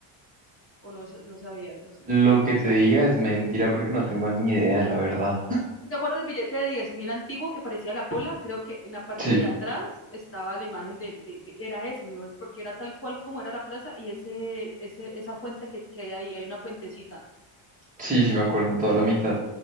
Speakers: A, on the left; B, on the right.
A: o no, no sabía, no sé,
B: Lo
A: no,
B: que
A: no
B: te
A: sabía.
B: diga es mentira porque no tengo ni idea, la verdad.
A: ¿Tú te acuerdas del billete de diez mil antiguo que parecía la pola? Creo que en la parte
B: Sí,
A: de atrás estaba la imagen del, de, de- era esa, mi voz, porque era tal cual como era la plaza y ese, ese, esa fuente que, que hay ahí, hay una fuentecita.
B: sí, sí me acuerdo en toda la mitad.